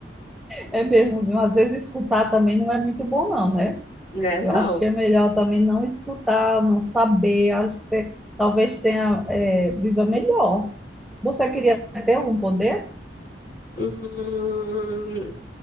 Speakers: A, in the centre; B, on the left.
A: É mesmo, viu? Às vezes escutar também não é muito bom, não, né?
B: Né, não.
A: Eu acho que é melhor também não escutar, não saber. Acho que você talvez tenha, é, viva melhor. Você queria ter algum poder?
B: Hum,